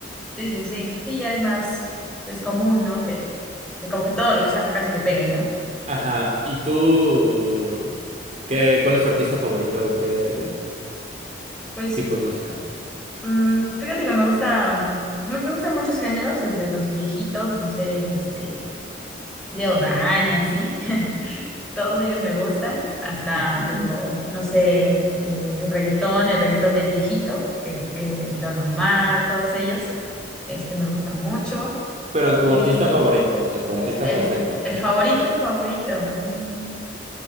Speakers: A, in the centre; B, on the right (about 40°).
A: sí, sí, sí, sí, ya es más, pues, común, ¿no? Que, que como que todo lo que saca casi le pegue, ¿no?
B: Ajá, ¿y tú qué, cuál es tu artista favorito o qué
A: Pues,
B: tipo de música?
A: mm, fíjate que me gusta, me, me gustan muchos géneros, desde los viejitos, no sé, este, Leo Dan y así, <laughs> Todos ellos me gustan, hasta
B: Ujú.
A: te digo, no sé, este, el reggaetón, el reggaetón del viejito, que que Don Omar, todos ellos, este me gusta mucho.
B: Pero tu
A: Y
B: artista favorito, o sea, tu artista
A: el,
B: favorito,
A: el favorito, favorito, mm,